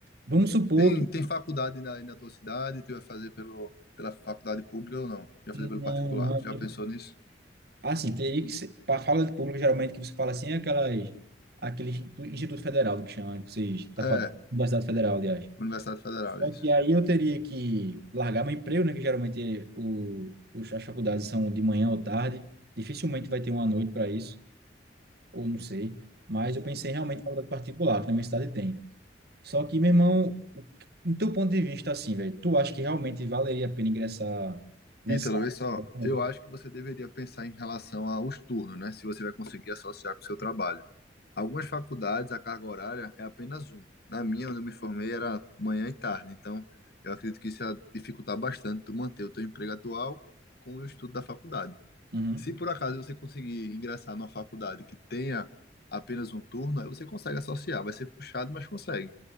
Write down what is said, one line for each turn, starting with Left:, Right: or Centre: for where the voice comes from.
Right: Vamos supor
Left: Tem,
Right: que.
Left: tem faculdade na, na tua cidade, tu vai fazer pelo, pela faculdade pública ou não? Vai
Right: Não,
Left: fazer pelo particular?
Right: não.
Left: Tu já pensou nisso?
Right: Assim, teria que ser. Para a fala de público geralmente, que você fala assim, é aquelas, aquele institu- Instituto Federal que chama, que vocês estão
Left: É,
Right: falando. Universidade Federal, aliás.
Left: Universidade Federal,
Right: Só
Left: é isso.
Right: que aí eu teria que largar meu emprego, né? Que geralmente é o, os- as faculdades são de manhã ou tarde. Dificilmente vai ter uma noite para isso, ou não sei. Mas eu pensei realmente em faculdade particular, que na minha cidade tem. Só que, meu irmão, no teu ponto de vista, assim, velho, tu acha que realmente valeria a pena ingressar nessa
Left: Ítalo, vê só,
Right: área?
Left: eu acho que você deveria pensar em relação aos turnos, né? Se você vai conseguir associar com o seu trabalho. Algumas faculdades, a carga horária é apenas um. Na minha, onde eu me formei, era manhã e tarde. Então, eu acredito que isso ia dificultar bastante tu manter o teu emprego atual com o estudo da faculdade.
Right: Uhum,
Left: Se por acaso você conseguir ingressar numa faculdade que tenha apenas um turno, aí você consegue associar. Vai ser puxado, mas consegue.